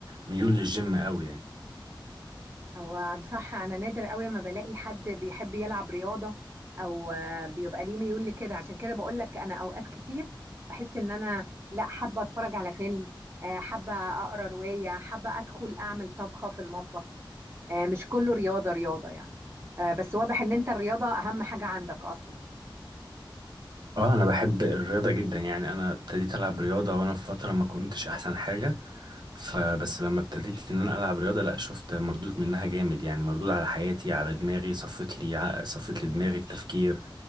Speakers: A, on the right (about 55°); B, on the right (about 30°).
A: ميول للجيم قوي يعني
B: هو بصراحة أنا نادر قوي ما بلاقي حد بيحب يلعب رياضة أو آه، بيبقى ليه ميول لكده عشان كده بقول لك أنا أوقات كتير بحس إن أنا لا حابة أتفرج على فيلم آه، حابة أقرأ رواية حابة أدخل أعمل طبخة في المطبخ آه، مش كله رياضة رياضة يعني آه، بس واضح إن أنت الرياضة أهم حاجة عندك أصلا
A: اه انا بحب الرياضه جدا يعني انا ابتديت العب رياضه وانا في فتره ما كنتش احسن حاجه فبس لما ابتديت ان انا العب رياضه لا شفت مردود منها جامد يعني مردود على حياتي على دماغي صفت لي ع- صفت لي دماغي التفكير